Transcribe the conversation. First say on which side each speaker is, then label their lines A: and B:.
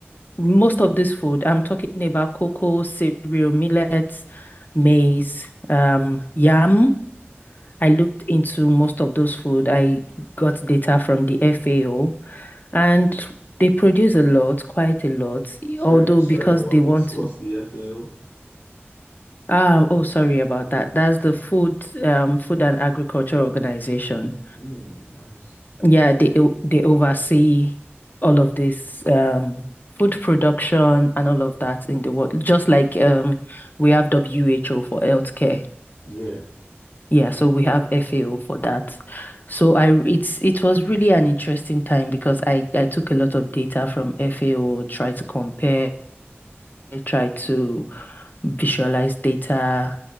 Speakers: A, on the left; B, on the left.
A: most of this food? I'm talking about cocoa, cereal, millets, maize, um, yam. I looked into most of those food. I got data from the FAO and they produce a lot, quite a lot,
B: Sorry,
A: although
B: sorry,
A: because
B: what
A: they
B: what's
A: want
B: what's
A: to.
B: the FAO?
A: Ah, oh, sorry about that. That's the Food, um, Food and Agriculture Organization.
B: Mm, nice.
A: Yeah, they o- they oversee all of this, um, food production and all of that in the world. Just like um, we have WHO for healthcare.
B: Yeah.
A: Yeah, so we have FAO for that. So I r- it's it was really an interesting time because I I took a lot of data from FAO, tried to compare, tried to visualize data